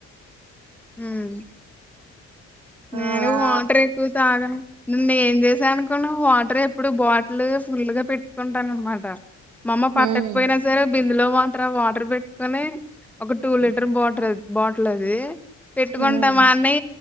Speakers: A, in the centre; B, on the right (about 85°).
A: ఉమ్ నేను
B: అలా
A: వాటర్ ఎక్కువ తాగను నిన్న ఏం చేశా అనుకున్నావ్ వాటర్ ఎప్పుడు బాటిల్ ఫుల్ గా పెట్టుకుంటాను అనమాట మా అమ్మ పట్టకపోయినా
B: ఉమ్
A: సరే బిందులో మాత్రం వాటర్ పెట్టుకొని ఒక టూ లీటర్ బాటల్ బాటిలది పెట్టుకుంటామా
B: ఉమ్
A: అన్ని